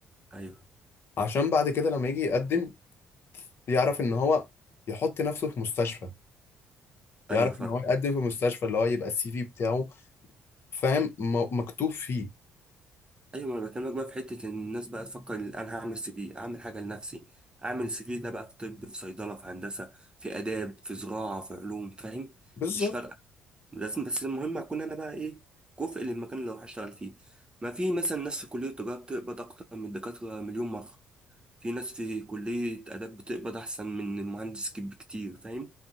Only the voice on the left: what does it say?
عشان بعد كده لما يجي يقدم يعرف إن هو يحط نفسه في مستشفى يعرف
إن هو يقدم في مستشفى اللي هو يبقى السي في بتاعه فاهم م- مكتوب فيه
بالظبط